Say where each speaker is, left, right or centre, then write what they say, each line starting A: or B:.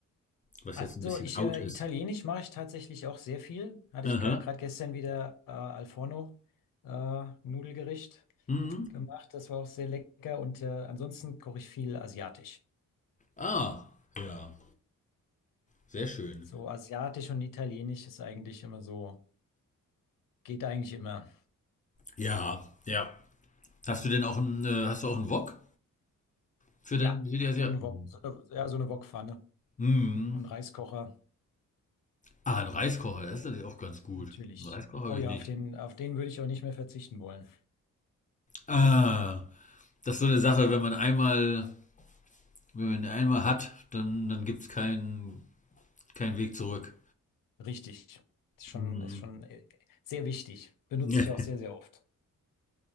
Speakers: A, on the left (about 25°); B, on the left (about 80°).
A: was
B: Also
A: jetzt ein bisschen
B: ich,
A: out
B: äh,
A: ist?
B: Italienisch mache ich tatsächlich auch sehr viel. Hatte
A: Aha.
B: ich gerade gestern wieder äh, Al Forno äh, Nudelgericht.
A: Mhm.
B: gemacht. Das war auch sehr lecker. Und äh, ansonsten koche ich viel asiatisch.
A: Ah, ja, sehr schön.
B: So asiatisch und italienisch ist eigentlich immer so, geht eigentlich immer.
A: Ja, ja. Hast du denn auch einen, äh, hast du auch einen Wok für
B: Ja,
A: den, für die Asiaten?
B: so eine Wok, so eine, ja, so eine Wokpfanne
A: Mhm.
B: und Reiskocher,
A: Ah, ein Reiskocher, das ist natürlich auch ganz gut.
B: natürlich.
A: Einen Reiskocher
B: Oh
A: habe ich
B: ja,
A: nicht.
B: auf den, auf den würde ich auch nicht mehr verzichten wollen.
A: Ah, das ist so eine Sache, wenn man einmal, wenn man einmal hat, dann, dann gibt's keinen keinen Weg zurück.
B: Richtig. Ist schon,
A: Hm.
B: ist schon äh, sehr wichtig. Benutze
A: Ja.
B: ich
A: <laughs>
B: auch sehr, sehr oft.